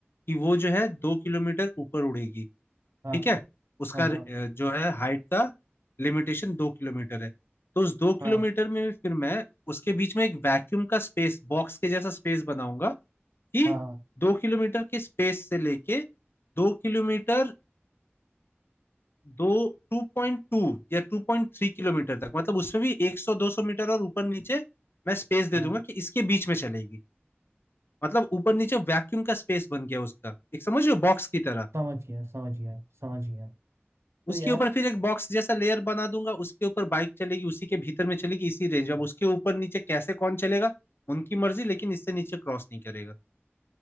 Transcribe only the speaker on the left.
कि वो जो है दो किलोमीटर ऊपर उड़ेगी
ठीक है उसका
अ,
जो है हाइट का लिमिटेशन दो किलोमीटर है तो उस दो
किलोमीटर में भी फिर मैं उसके बीच में एक वैक्यूम का स्पेस बॉक्स के जैसा स्पेस बनाऊंगा कि
दो किलोमीटर के स्पेस से लेके दो किलोमीटर दो टू पॉइंट टू या टू पॉइंट थ्री किलोमीटर तक मतलब उसमें भी एक सौ दो सौ मीटर और ऊपर नीचे मैं स्पेस दे
दूंगा कि इसके बीच में चलेगी मतलब ऊपर नीचे वैक्यूम का स्पेस बन गया उसका एक समझ रहे हो बॉक्स की तरह
उसके
ऊपर फिर एक बॉक्स जैसा लेयर बना दूंगा उसके ऊपर बाइक चलेगी उसी के भीतर में चलेगी इसी रेंज में अब उसके ऊपर नीचे कैसे कौन चलेगा उनकी मर्जी लेकिन इससे नीचे क्रॉस नहीं करेगा